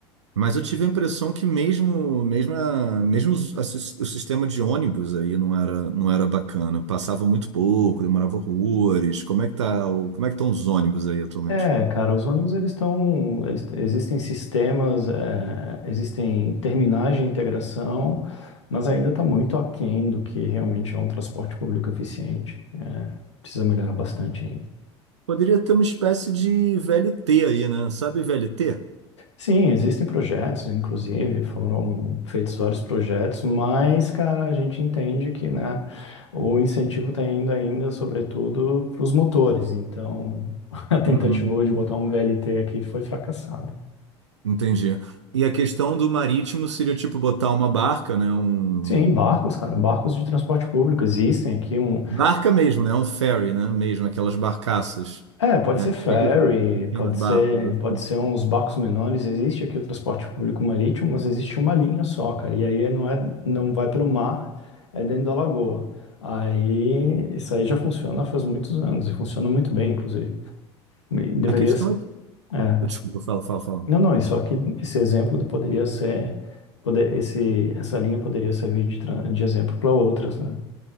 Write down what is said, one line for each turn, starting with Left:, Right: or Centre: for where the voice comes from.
Right: Mas eu tive a impressão que mesmo, mesmo, a- mesmo os- a sis- o sistema de ônibus aí não era, não era bacana. Passava muito pouco, demorava horrores. Como é que tá, o- como é que estão os ônibus aí atualmente?
Left: É, cara, os ônibus eles estão, eles, existem sistemas, é, existem terminais de integração, mas ainda está muito aquém do que realmente é um transporte público eficiente. É, precisa melhorar bastante ainda.
Right: Poderia ter uma espécie de VLT aí, né? Sabe VLT?
Left: Sim, existem projetos, inclusive foram feitos vários projetos, mas, cara, a gente entende que, né, o incentivo está indo ainda, sobretudo, para os motores. Então, <laughs> a tentativa
Right: Uhum.
Left: de botar um VLT aqui foi fracassada.
Right: Entendi. E a questão do marítimo seria tipo botar uma barca, né? Um
Left: Sim, barcos, cara, barcos de transporte público existem aqui um,
Right: barca mesmo, né? Um ferry, né? Mesmo aquelas barcaças.
Left: é, pode
Right: É,
Left: ser ferry,
Right: seria isso, pequenos
Left: pode
Right: barcos.
Left: ser,
Right: assim.
Left: pode ser uns barcos menores, existe aqui o transporte público marítimo, mas existe uma linha só, cara, e aí não é, não vai pelo mar, é dentro da lagoa. Aí isso aí já funciona faz muitos anos e funciona muito bem, inclusive. E deveria
Right: A questão
Left: ser,
Right: é que,
Left: é.
Right: desculpa, fala, fala, fala.
Left: Não, não, isso aqui, esse exemplo poderia ser, poder, esse, essa linha poderia servir de, tra- de exemplo para outras, né?